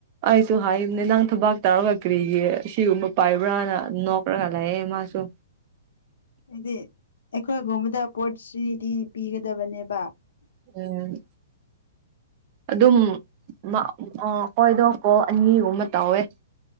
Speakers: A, on the right; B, on the left.
A: ꯑꯩꯁꯨ ꯍꯥꯏꯕꯅꯦ ꯅꯪ ꯊꯕꯥꯛ ꯇꯧꯔꯒ ꯀꯔꯤꯒꯤ ꯁꯤꯒꯨꯝꯕ ꯄꯥꯏꯕ꯭ꯔꯥꯅ ꯅꯣꯛꯈ꯭ꯔꯒ ꯂꯑꯦ ꯃꯥꯁꯨ
B: ꯍꯥꯏꯗꯤ ꯑꯩꯈꯣꯏꯒꯨꯝꯕꯗ ꯑꯣꯄꯣꯔꯆꯨꯅꯤꯇꯤ ꯄꯤꯒꯗꯕꯅꯦꯕ
A: ꯎꯝ ꯑꯗꯨꯝ ꯑ ꯍꯣꯏꯗꯣꯀꯣ ꯑꯅꯤꯒꯨꯝꯕ ꯇꯧꯋꯦ